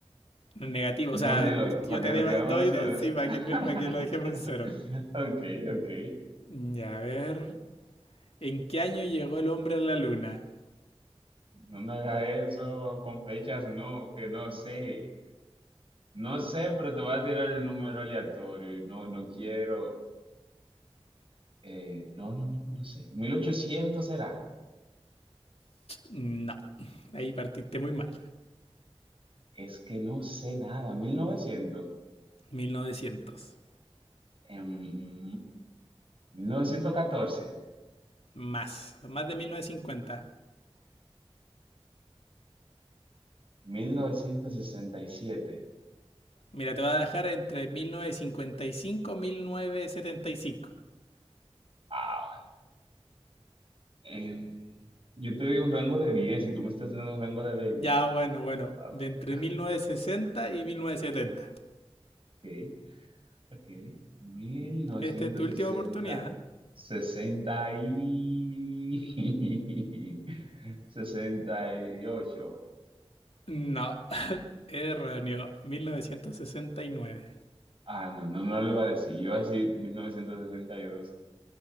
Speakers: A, on the left (about 75°); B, on the right (about 60°).
A: negativos.
B: dos
A: O sea,
B: y dos,
A: yo
B: para que
A: te
B: me
A: deba-
B: quedemos
A: doy
B: dos y
A: dos,
B: dos.
A: sí, para
B: <laughs>
A: que, no- para que lo dejemos en cero.
B: Ok, ok.
A: Y a ver, ¿en qué año llegó el hombre a la luna?
B: No me hagas eso con fechas, no, que no sé. No sé, pero te voy a tirar un número aleatorio y no, no quiero. eh, no, no, no, no sé. 1800 será.
A: No, ahí partiste muy mal.
B: Es que no sé nada. 1900.
A: 1900.
B: Em, Mil Mil novecientos novecientos catorce.
A: Más, más de 1950.
B: ¿mil novecientos sesenta y siete.
A: Mira, te voy a dejar entre 1955 y 1975.
B: Ah, em, yo te digo un rango de 10 y tú me estás dando un rango de 20.
A: Ya, bueno, bueno,
B: Ah,
A: de entre
B: <laughs>
A: 1960 y 1970.
B: ok. Ok, mil novecientos
A: Esta es tu
B: sesenta,
A: última oportunidad.
B: 60 y <laughs> 68.
A: No, erróneo, 1969.
B: Ah, no, no, no lo iba a decir. Iba a decir mil novecientos sesenta y dos.